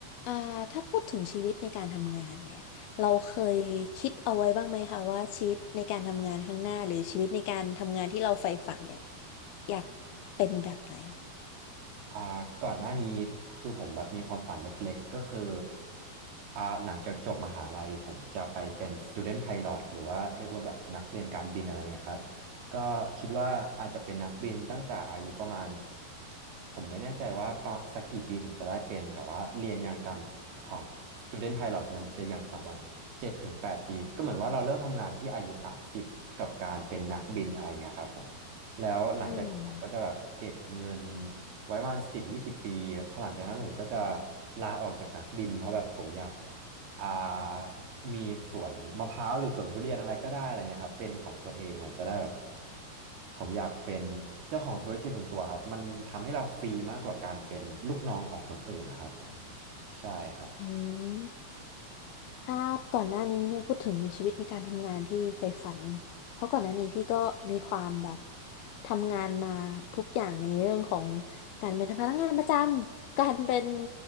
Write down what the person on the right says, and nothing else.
อ่าก่อนหน้านี้คือผมแบบมีความฝันเล็กๆก็คืออ่าหลังจากจบมหาลัยผมจะไปเป็น student pilot หรือว่าเรียกว่าแบบนักเรียนการบินอะไรเงี้ยครับก็คิดว่าอาจจะเป็นนักบินตั้งแต่อายุประมาณผมไม่แน่ใจว่าประมาณสักกี่ปีถึงจะได้เป็นแต่ว่าเรียนอย่างต่ำของ student pilot มันจะอย่างต่ำประมาณเจ็ดถึงแปดปีก็เหมือนว่าเราเริ่มทำงานที่อายุสามสิบกับการเป็นนักบินอะไรเงี้ยครับผมแล้วหลังจากนั้นผมก็จะแบบเก็บเงิน
ไว้ประมาณสิบยี่สิบปีพอหลังจากนั้นผมก็จะลาออกจากนักบินเพราะแบบผมอยากอ่ามีสวนมะพร้าวหรือสวนทุเรียนอะไรก็ได้อะไรเงี้ยครับเป็นของตัวเองมันจะได้แบบผมอยากเป็นเจ้าของธุรกิจส่วนตัวครับมันทำให้เราฟรีมากกว่าการเป็นลูกน้องของคนอื่นนะครับผมใช่ครับ